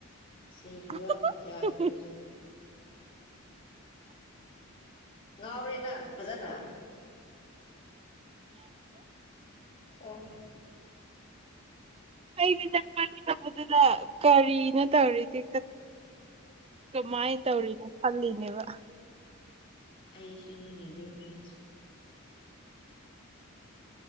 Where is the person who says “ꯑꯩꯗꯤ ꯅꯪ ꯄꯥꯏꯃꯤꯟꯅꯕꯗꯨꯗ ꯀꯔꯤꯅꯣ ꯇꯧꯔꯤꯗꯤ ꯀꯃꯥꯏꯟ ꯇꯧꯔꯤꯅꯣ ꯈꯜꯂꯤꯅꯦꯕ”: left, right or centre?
Right